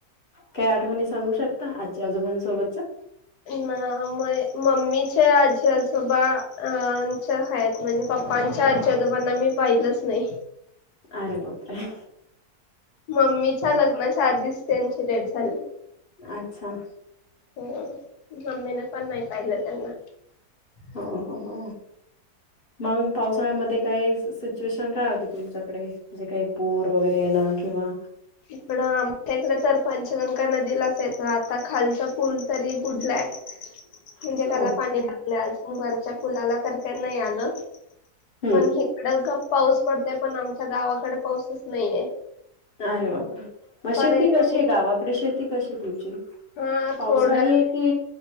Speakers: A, on the left; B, on the left.
A: काही आठवणी सांगू शकता आजी आजोबांसोबतच.
B: ना म मम्मीचे आजी आजोबा अ च्या आहेत. म्हणजे पप्पांच्या आजी आजोबांना मी पाहिलंच नाही.
A: अरे बापरे.
B: मम्मीच्या लग्नाच्या आधीच त्यांची डेट झाली.
A: अच्छा.
B: हो मम्मीन पण नाही पाहिलं त्यांना.
A: हो हो हो. मग पावसाळ्यामध्ये काही सिच्युएशन काय होती तुमच्याकडे जे काही पूर वगैरे ये ना किंवा
B: इकडं आमच्या इकड तर पंचगंगा नदीलाचा येत आता खालचा पूल तरी बुडलाय.
A: <inaudible>
B: म्हणजे त्याला
A: ओके
B: पाणी लागले अजून वरच्या पुलाला तर काही नाही आलं,
A: हम्म
B: पण अ ग पाऊस पडतय पण आमच्या गावाकड पाऊसच नाही आहे.
A: अरे बापरे, मग शेती
B: येतो
A: कशी
B: आणि
A: आहे गावाकडे शेती कशी आहे तुमची?
B: हा
A: पावसाळी
B: थोड्या
A: की